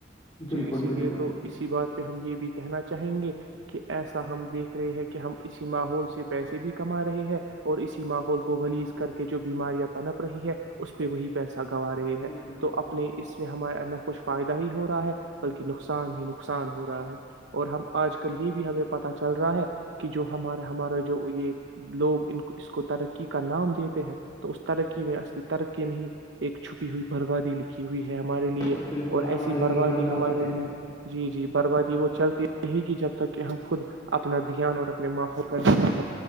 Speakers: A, on the left; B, on the right.
A: بالکل
B: جی اسی
A: بالکل
B: لیے تو اسی بات پہ ہم یہ بھی کہنا چاہیں گے کہ ایسا ہم دیکھ رہے ہیں کہ ہم اسی ماحول سے پیسے بھی کما رہے ہیں اور اسی ماحول کو گلیز کر کے جو بیماریاں پنپ رہی ہے اس پہ وہی پیسہ گوا رہے ہیں
A: بالکل
B: تو
A: بالکل
B: اپنے اس میں ہمارے ال کچھ فائدہ ہی ہو رہا ہے بلکہ نقصان ہی نقصان ہو رہا ہے اور ہم آج کل یہ بھی ہمیں پتا چل رہا ہے کہ جو ہمارا ہمارا جو یہ لوگ اس کو ترقی کا نام دیتے ہیں تو اس ترقی میں اصلی ترقی نہیں ایک چھپی ہوئی بربادی لکھی ہوئی ہے ہمارے لیے
A: بالکل بالکل
B: اور
A: ہمارے
B: ایسی
A: لیے
B: بربادی ہمارے
A: ہے
B: لیے جی جی بربادی وہ چلتی رہے گی جب تک کہ ہم خود اپنا دھیان اور اپنے ماحول کا د